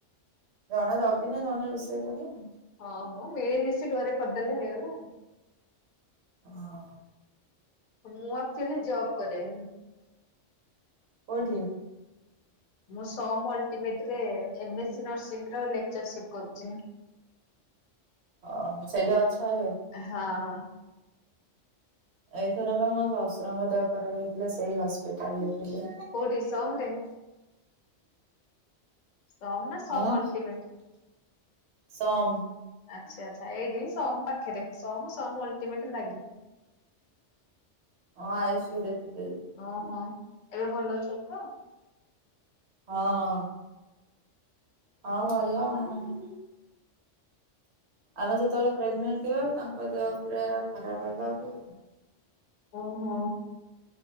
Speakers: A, on the right (about 65°); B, on the left (about 50°).
A: ଜଣେ ଜଗିଲେ ଜଣେ ରୋଷେଇ କଲେ ଆଉ।
B: ହଁ, ମ ମିଳିମିଶି ଘରେ କରିଦେଲେ ହେଇଗଲା ଆଉ।
A: ହଁ।
B: ମୁଁ ଆକ୍ଚୁଆଲି ଜବ କରେ।
A: କୋଉଠି?
B: ମୁଁ ସମ ଅଲଟିମେଟରେ ଏମ ଏ ସି ନର୍ସିଂର ଲେକ୍ଚରସିପ୍ କରୁଛି।
A: ଓହୋ ସେଇଠି ଅଛ ଏବେ?
B: ହଁ
A: ଏଇଥର ବା ମୋ ଶଶୁରଙ୍କ ଦେହ ଖରାପ ହେଇଥିଲା, ସେଇ ହସ୍ପିଟାଲରେ ଥିଲେ।
B: କୋଉଠି ସମ୍ ରେ? ସମ୍ ନା ସମ୍
A: କଣ?
B: ଅଲଟିମେଟ୍?
A: ସମ୍।
B: ଆଚ୍ଛା ଆଚ୍ଛା। ଏଇଠି ସମ୍ ପାଖରେ ସମ୍ ସମ୍ ଅଲଟିମେଟ୍ ଲାଗିକି
A: ହଁ ଆଇସୁ ରେ ଥିଲେ। ଯେତେବେଳେ
B: ଓହୋ
A: ହଁ।
B: ଏବେ ଭଲ ଅଛନ୍ତି ତ?
A: ହଁ। ହଁ ଭଲ ଆଉ ଆମେ ସେତେବେଳେ ପ୍ରେଗନେଣ୍ଟ ଥିବାକୁ ତାଙ୍କ ଦେହ ପୁରା ଖରାପ ହେବାକୁ
B: ଓହୋ।